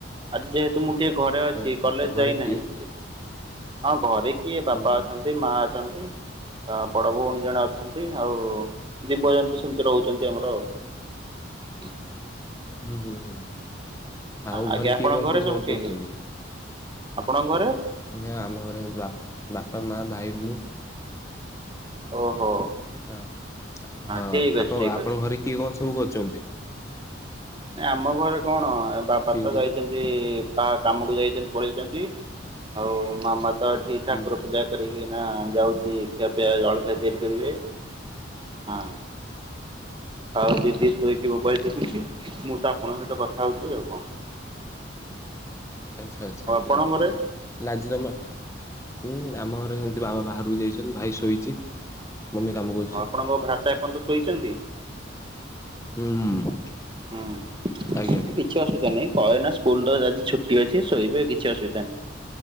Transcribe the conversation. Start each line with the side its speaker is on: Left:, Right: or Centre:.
Right: ଆଜି ଯେହେତୁ ମୁଁ ଟିକେ ଘରେ ଘରେ ଅଛି
Left: ଆଚ୍ଛା
Right: କଲେଜ
Left: ଆଚ୍ଛା ଘରେ
Right: ଯାଇନାହିଁ
Left: କିଏ
Right: ହଁ ଘରେ କିଏ ବାପା
Left: ହୁଁ ହୁଁ
Right: ଅଛନ୍ତି ମା ଅଛନ୍ତି ବଡ ଭଉଣୀ ଜଣେ ଅଛନ୍ତି ଆଉ ଜିବଜନ୍ତୁ ସେମିତି ରହୁଛନ୍ତି ଆମର <unintelligible>
Left: ହୁଁ ହୁଁ ହୁଁ ଆଉ
Right: ଆଜ୍ଞା
Left: ଘରେ କିଏ
Right: ଆପଣଙ୍କ
Left: କଣ ସବୁ କଣ
Right: କିଏ
Left: କରୁଚନ୍ତି?
Right: କିଏ ଆପଣଙ୍କ ଘରେ
Left: ନା ଆମ ଘରେ ବା ବାପା ମା ଭାଇ ମୁଁ
Right: ଓହୋ
Left: ହ ହଁ
Right: ଠିକ ଅଛି
Left: ଆପଣ
Right: ଠିକ
Left: ଆପଣଙ୍କ
Right: ଅଛି।
Left: ଘରେ କିଏ କଣ ସବୁ କରୁଚନ୍ତି?
Right: ଏ ଆମ ଘରେ କଣ ବାପା
Left: କିଏ
Right: ତ
Left: କିଏ
Right: ଯାଇଚନ୍ ତି ପା କାମକୁ ଯାଇଛନ୍ତି ପଳେଇଛନ୍ତି ଆଉ ମାମା ତ ଏଠି ଠାକୁର
Left: ହୁଁ
Right: ପୂଜା କରିକି ଏଇନା ଯାଉଛି ଖିଆ ପିଆ ଜଳଖିଆ ତିଆରି କରିବେ ହଁ। ଆଉ ଦିଦି ଶୋଇକିି ମୋବାଇଲ ଟିପୁଛି ମୁଁ ତ ଆପଣଙ୍କ ସହିତ କଥା ହଉଛି ଆଉ କଣ।
Left: ଆଚ୍ଛା ଆଚ୍ଛା
Right: ଆଉ
Left: ଏମିତି
Right: ଆପଣଙ୍କ
Left: କଥା
Right: ଘରେ
Left: ତାହେଲେ। ଲାଜିଦମା ହୁଁ ଆମ ଘରେ ସେମିତି ବାବା ବାହାରକୁ ଯାଇଛନ୍ତି ଭାଇ ଶୋଇଛି। ମମି କାମ କର
Right: ଆପଣଙ୍କ ଭ୍ରାତା ଏପନ୍ତ ଶୋଇଛନ୍ତି?
Left: ହୁଁ।
Right: ହୁଁ
Left: ଆଜ୍ଞା
Right: ହଁ ଏଇନା ସ୍କୁଲ ତ ଆଜି ଛୁଟି ଅଛି ଶୋଇବେ କିଛି ଅସୁବିଧା ନାହିଁ।